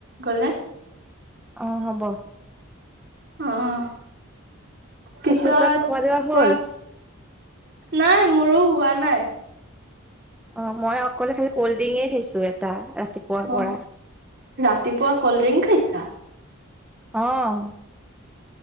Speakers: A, on the right; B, in the centre.
A: গ'লে
B: অ' হ'ব।
A: অ' পিছত
B: তাৰপিছত খোৱা দোৱা হ'ল
A: কোৱা। নাই মোৰো হোৱা নাই। <inaudible>
B: অ' মই অকলে খালি কল্ড-ড্ৰিঙেই খাইছো এটা, ৰাতিপুৱাৰ
A: অ।
B: পৰা।
A: ৰাতিপুৱা কল্ডড্ৰিংক খাইছা?
B: অ'।